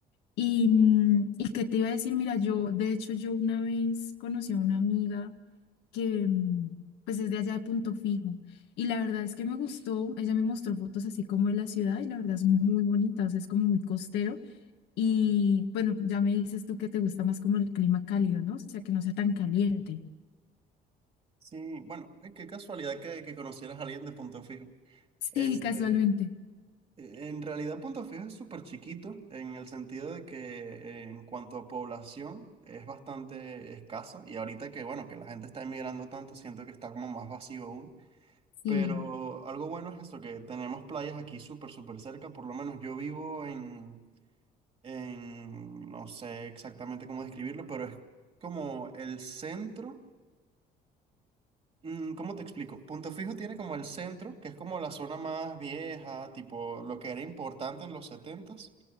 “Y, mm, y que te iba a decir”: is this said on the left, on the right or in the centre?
Left